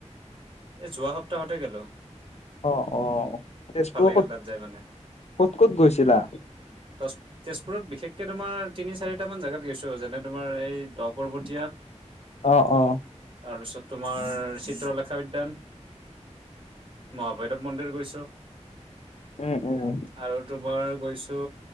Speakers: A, on the right; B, on the left.
A: এই যোৱা সপ্তাহতে গেলো
B: অ অ তেজপুৰৰ
A: লাগিল
B: ক'ত
A: তাত যাই মানে
B: ক'ত ক'ত গৈছিলা?
A: তজ তেজপুৰত বিশেষকে তোমাৰ তিনি চাৰি টামান জেগাত গৈছো যেনে তোমাৰ এই দহ পৰ্বতীয়া
B: অ অ
A: তাৰপিছত তোমাৰ চিত্ৰলেখা উদ্যান মহাভৈৰৱ মন্দিৰ গৈছো
B: উম উম
A: আৰু তোমাৰ গৈছো